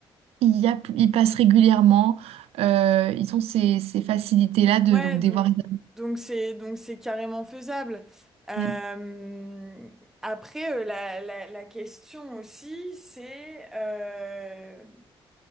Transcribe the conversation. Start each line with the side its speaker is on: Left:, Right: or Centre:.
Right: il y a, ils passent régulièrement. euh, ils ont ces, ces facilités-là de
Centre: Ouais,
Right: donc
Centre: donc
Right: des voies réservées.
Centre: donc c'est donc c'est carrément faisable. Euh,
Right: Mm,
Centre: après, euh, la, la, la question aussi, c'est euh,